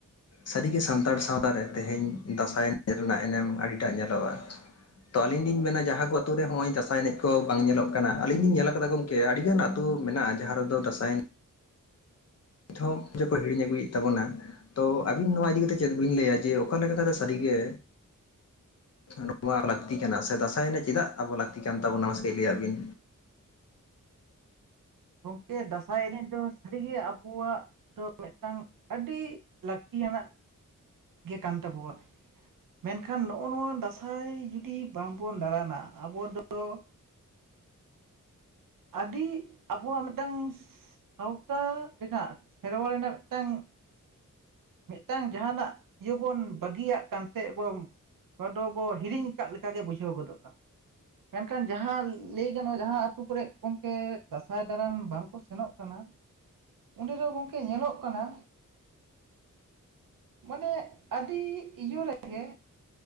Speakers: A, on the left; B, on the right.
A: ᱥᱟᱹᱨᱤᱜᱮ ᱥᱟᱱᱛᱟᱲ ᱥᱟᱶᱛᱟᱨᱮ ᱛᱮᱦᱮᱧ ᱫᱟᱸᱥᱟᱭ ᱮᱱᱮᱡ ᱨᱮᱱᱟᱜ ᱮᱱᱮᱢ ᱟᱹᱰᱤᱴᱟᱜ ᱧᱮᱞᱚᱜ-ᱟ᱾ ᱛᱚ ᱟᱹᱞᱤᱧ ᱞᱤᱧ ᱢᱮᱱᱟ ᱡᱟᱦᱟᱸ ᱠᱚ ᱟᱛᱩ ᱦᱚᱜ ᱚᱭ ᱫᱟᱥᱟᱭ ᱮᱱᱮᱡ ᱠ ᱛᱚ ᱵᱟᱝ ᱧᱮᱞᱚᱜ ᱠᱟᱱᱟ ᱟᱞᱤᱧ ᱞᱤᱧ ᱧᱮᱞ ᱠᱟᱫᱟ ᱜᱚᱝᱠᱮ ᱟᱹᱰᱤ ᱜᱟᱱ ᱟᱹᱛᱩᱳ ᱦᱚ ᱢᱮᱱᱟᱜ-ᱟ ᱡᱟᱦᱟᱸ ᱨᱮᱫᱚ ᱫᱚ ᱫᱟᱸᱥᱟᱭ ᱮ ᱱᱤᱛ ᱦᱚᱸ ᱦᱚᱸᱠᱚ ᱦᱤᱲᱤᱧ ᱟᱹᱜᱩᱭᱮᱫ ᱛᱟᱵᱚᱱᱟ ᱛᱚ ᱟᱵᱤᱱ ᱱᱚᱣᱟ ᱤᱫᱤᱠᱟ ᱠᱟᱛᱮᱜ ᱪᱮᱫ ᱵᱤᱱ ᱞᱟᱹᱭᱟ ᱡᱮ ᱚᱠᱟ ᱞᱮᱠᱟ ᱠᱟᱛᱮ ᱥᱟᱹᱨᱤᱜᱮ ᱟᱪᱷᱟ ᱱᱚᱣᱟ ᱞᱟᱹᱠᱛᱤ ᱠᱟᱱᱟ ᱥᱮ ᱫᱟᱸᱥᱟᱭ ᱮᱱᱮᱡ ᱪᱮᱫᱟᱜ ᱟᱵᱚ ᱞᱟᱹᱠᱛᱤ ᱠᱟᱱ ᱛᱟᱵᱚᱱᱟ? ᱢᱟᱥᱮ ᱞᱟᱹᱫ ᱟᱜ ᱵᱤᱱ
B: ᱜᱚᱝᱠᱮ ᱫᱟᱸᱥᱟᱭ ᱮᱱᱮᱡ ᱫᱚ ᱥᱟᱹᱨᱤᱜᱮ ᱟᱵᱚᱣᱟᱜ ᱫᱚ ᱢᱮᱫᱴᱟᱝ ᱟᱹᱰᱤ ᱞᱟᱹᱠᱛᱤᱭ ᱟᱱᱟᱜ ᱜᱮ ᱠᱟᱱ ᱛᱟᱵᱚᱣᱟ ᱢᱮᱱᱠᱷᱟᱱ ᱱᱚᱜᱚ ᱱᱚᱣᱟ ᱫᱟᱸᱥᱟᱭ ᱡᱩᱫᱤ ᱵᱟᱝᱵᱚᱱ ᱫᱟᱬᱟᱱᱟ ᱟᱵᱚ ᱫᱚ ᱟᱹᱰᱤ ᱟᱵᱚᱣᱟᱜ ᱢᱮᱫᱴᱟᱝ ᱥᱟᱶᱛᱟ ᱨᱮᱱᱟᱜ ᱥᱮᱨᱣᱟ ᱨᱮᱱᱟᱜ ᱢᱮᱫᱴᱟᱝ ᱢᱮᱫᱴᱟᱝ ᱡᱟᱦᱟᱱᱟᱜ ᱤᱭᱟᱹ ᱵᱚᱱ ᱵᱟᱹᱜᱤᱭᱟᱜ ᱠᱟᱱ ᱛᱮᱜ ᱵᱚᱱ ᱱᱚᱣᱟ ᱫᱚ ᱵᱚ ᱦᱤᱨᱤᱧ ᱠᱟᱫ ᱞᱮᱠᱟᱜ ᱜᱮ ᱵᱩᱡᱷᱟᱹᱣ ᱜᱚᱫᱚᱜ-ᱟ᱾ ᱢᱮᱱᱠᱷᱟᱱ ᱡᱟᱦᱟᱸ ᱞᱟᱹᱭ ᱜᱟᱱᱚᱜ-ᱟ ᱡᱟᱦᱟᱸ ᱟᱛᱩ ᱠᱚᱨᱮ ᱜᱚᱝᱠᱮ ᱫᱟᱸᱥᱟᱭ ᱫᱟᱨᱟᱱ ᱵᱟᱝ ᱠᱚ ᱥᱮᱱᱚᱜ ᱠᱟᱱᱟ ᱚᱸᱰᱮ ᱫᱚ ᱜᱚᱝᱠᱮ ᱧᱮᱞᱚᱜ ᱠᱟᱱᱟ ᱢᱟᱱᱮ ᱟᱹᱰᱤ ᱤᱭᱟᱹ ᱨᱮᱜᱮ